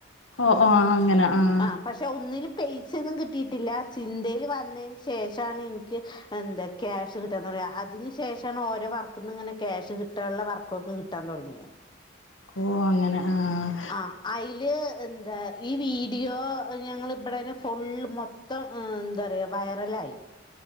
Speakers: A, on the left; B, on the left.
A: ഓഹ് ഓഹ് ആഹ് അങ്ങനെ ആഹ്
B: ആ പക്ഷെ ഒന്നും പൈസൊന്നും കിട്ടിയിട്ടില്ല ചിന്തയിൽ വന്നതിന് ശേഷാണ് എനി എന്താ ക്യാഷ് കിട്ടാന്ന് പറയാ അതിനു ശേഷാണ് ഓരോ വർക്ക നിന്ന് ഇങ്ങനെ ക്യാഷ് കിട്ടാനുള്ള വർക്കൊക്കെ കിട്ട കിട്ടൻ തുടങ്ങി
A: ഓ അങ്ങനെ ആഹ.....
B: ആഹ അതില് എന്താ ഈ വീ.... വീഡിയോ.. <unintelligible> ഫുള്ള് മൊത്തം വൈറലായി